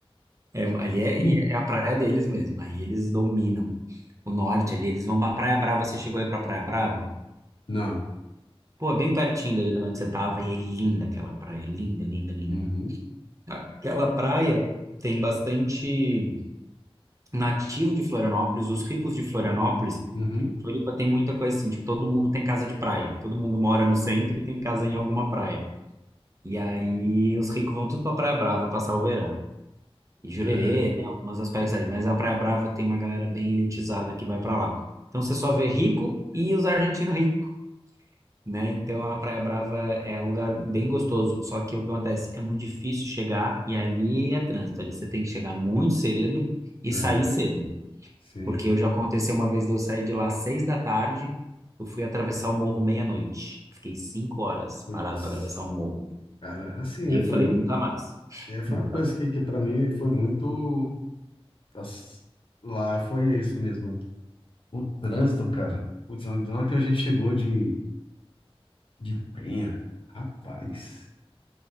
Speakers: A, on the right; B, on the left.
A: é- ali é, e
B: Hum.
A: é a praia deles mesmo. Aí eles dominam. O norte ali, eles vão pra Praia Brava. Você chegou aí pra Praia Brava?
B: Não.
A: Pô, é bem pertinho dali de onde você tava. E é linda aquela praia. É Linda, linda, linda.
B: Uhum.
A: Aquela praia tem bastante nativo de Florianópolis, os ricos de Florianópolis.
B: Uhum.
A: Floripa tem muita coisa assim, tipo, todo mundo tem casa de praia, todo mundo mora no centro e tem casa em alguma praia. E aí os ricos vão tudo pra Praia Brava passar o verão. E Jurerê,
B: <laughs>
A: né, algumas aspectos ali, mas a Praia Brava tem uma galera bem elitizada que vai pra lá. Então você só vê rico e os argentinos ricos né? Então a Praia Brava é um lugar bem gostoso, só que o que acontece? É muito difícil chegar e ali é trânsito, ali você tem que chegar muito cedo e
B: É,
A: sair
B: é,
A: cedo,
B: sim.
A: porque eu já aconteceu uma vez de eu sair de lá às seis da tarde, eu fui atravessar o morro meia-noite, fiquei cinco horas
B: Putz.
A: parado para atravessar o morro,
B: Cara, assim,
A: daí
B: é,
A: eu
B: foi,
A: falei
B: um-
A: nunca mais.
B: é, foi
A: Então,
B: uma coisa que, que para mim foi muito. Nossa, lá foi isso mesmo. O trânsito, cara. Putz, na na hora que a gente chegou de, de Penha, rapaz.